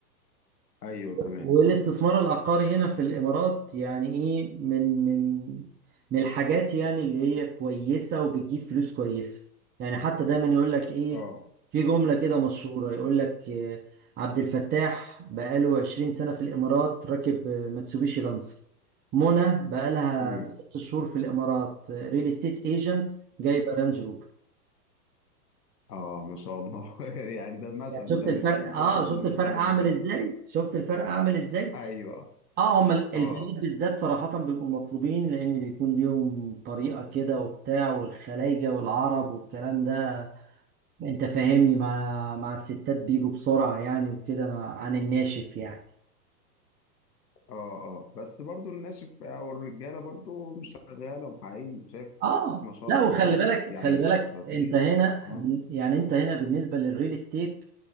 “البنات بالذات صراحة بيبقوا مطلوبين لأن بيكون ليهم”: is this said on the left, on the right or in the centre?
Right